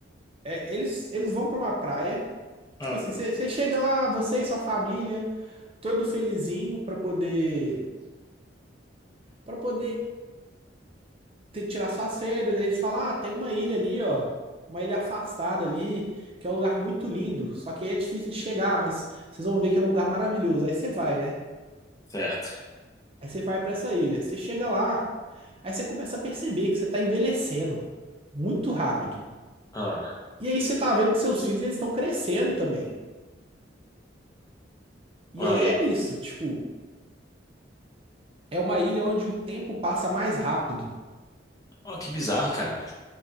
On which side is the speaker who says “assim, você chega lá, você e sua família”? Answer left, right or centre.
Right